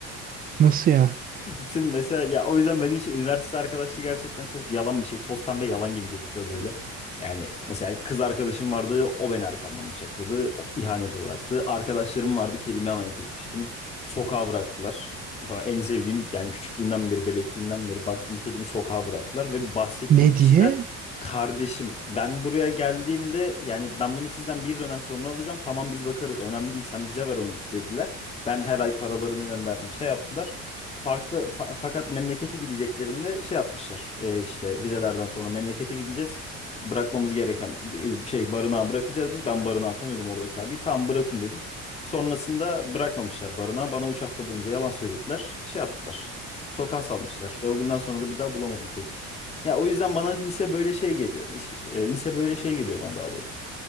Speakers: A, on the right (about 30°); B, on the left (about 20°).
A: Nasıl ya?
B: Bütün mesela ya o yüzden benim için üniversite arkadaşlığı gerçekten çok yalan bir şey. Toz pembe yalan gibi gözüküyor böyle. Yani mesela kız arkadaşım vardı o beni arkamdan bıçakladı. O ihanete uğrattı. Arkadaşlarım vardı kedime emanet etmiştim. Sokağa bıraktılar. Tamam, en sevdiğim yani küçüklüğünden beri bebekliğinden beri baktım kedimi sokağa bıraktılar. Ve bahsettiğim
A: Ne
B: kişiler
A: diye?
B: kardeşim ben buraya geldiğimde yani ben bunu sizden bir dönem sonra alacağım. Tamam biz bakarız önemli değil sen bize ver onu dediler. Ben her ay paralarını gönderdim şey yaptılar farklı fa- fakat memlekete gideceklerinde şey yapmışlar. E, işte vizelerden sonra memlekete gideceğiz. Bırakmamız gereken bir bir şey barınağa bırakacağız biz. Ben barınağı tanıyordum oradaki abi. Tam bırakın dedim. Sonrasında bırakmamışlar barınağı. Bana 3 hafta boyunca yalan söylediler. Şey yaptılar. Sokağa salmışlar ve o günden sonra da bir daha bulamadım kedimi. Ya o yüzden bana lise böyle şey geliyor. Lise, e, lise böyle şey geliyor bana daha doğrusu